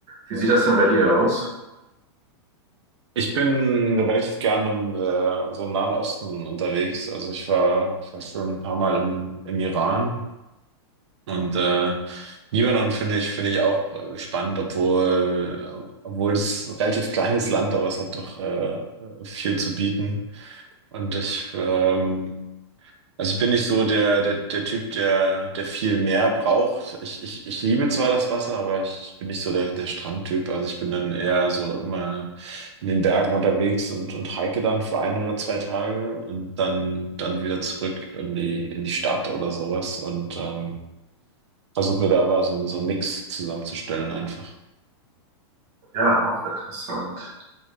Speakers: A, on the right; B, on the right.
A: Wie sieht das denn bei dir aus?
B: Ich bin relativ gerne im äh, so im Nahen Osten unterwegs. Also ich war, ich war schon ein paar Mal im, im Iran und äh, Libanon finde ich finde ich auch äh, spannend, obwohl obwohl es ein relativ kleines Land, aber es hat doch äh, viel zu bieten. Und ich ähm, also ich bin nicht so der, der, der Typ, der, der viel mehr braucht. Ich, ich, ich liebe zwar das Wasser, aber ich, ich bin nicht so der, der Strandtyp. Also ich bin dann eher so immer in den Bergen unterwegs und, und hike dann für ein oder zwei Tage und dann, dann wieder zurück in die, in die Stadt oder sowas und ähm, versuche mir da aber so, einen- so einen Mix zusammenzustellen einfach.
A: Ja, auch interessant.